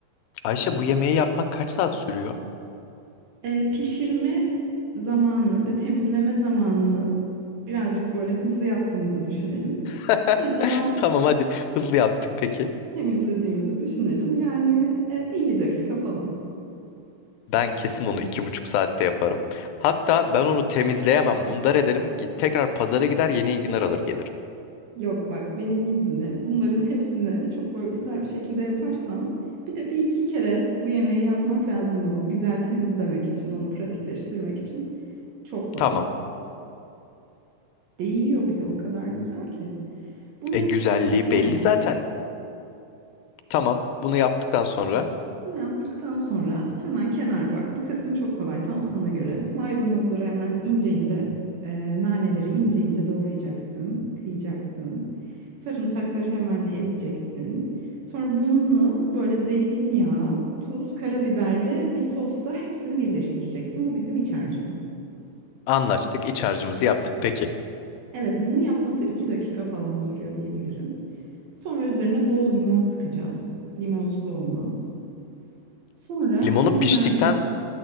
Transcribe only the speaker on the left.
Ayşe bu yemeği yapmak kaç saat sürüyor?
<laughs>
Tamam hadi hızlı yaptık peki.
Ben kesin onu iki buçuk saatte yaparım. Hatta ben onu temizleyemem, mundar ederim. Git, tekrar pazara gider yeni enginar alır gelirim.
Tamam.
E
güzelliği
belli zaten. Tamam, bunu yaptıktan sonra
anlaştık, iç harcımızı yaptık. Peki,
limonu
piştikten,